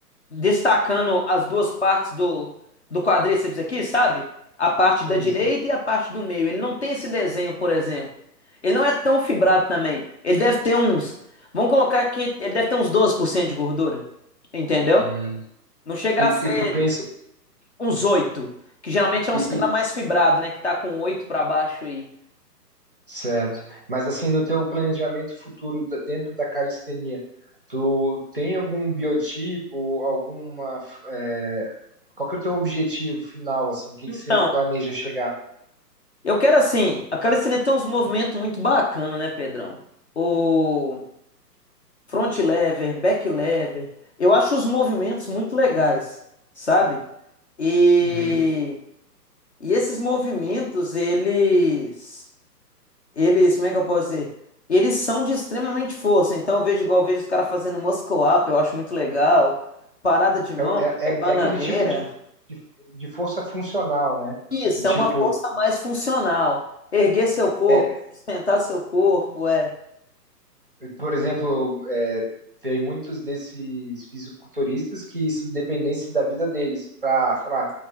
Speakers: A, on the left (about 45°); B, on the right (about 35°).
A: destacando as duas partes do, do quadríceps aqui, sabe? A parte
B: Sim,
A: da direita e a parte do meio. Ele não tem esse desenho, por exemplo. Ele não é tão fibrado também. Ele deve ter uns. Vamos colocar aqui, ele deve ter uns 12% de gordura. Entendeu?
B: sim.
A: Não chega
B: E,
A: a ser
B: e tu pensa,
A: Uns oito. Que geralmente é uns
B: e,
A: caras
B: e-
A: mais fibrado, né? Que tá com oito pra baixo aí.
B: certo. Mas assim, no teu planejamento futuro da- dentro da calistenia, tu tem algum biotipo, alguma, é, qual que é o teu objetivo final, assim? O que
A: Então,
B: que você planeja chegar?
A: eu quero assim. A calistenia tem uns movimentos muito bacana, né, Pedrão? O front lever, back lever. Eu acho os movimentos muito legais, sabe? E,
B: Uhum.
A: e esses movimentos, eles. Eles. Como é que eu posso dizer? Eles são de extremamente força. Então, eu vejo igual eu vejo os caras fazendo muscle up, eu acho muito legal. Parada de mão,
B: É, o- é,
A: né, que
B: é
A: é bananeira.
B: é aquele tipo de, de, de força funcional, né?
A: Isso,
B: Do tipo
A: é uma força mais funcional. Erguer seu corpo,
B: é,
A: sustentar seu corpo, é.
B: Por exemplo, é, tem muitos desses fisiculturistas que se dependesse da vida deles para, sei lá,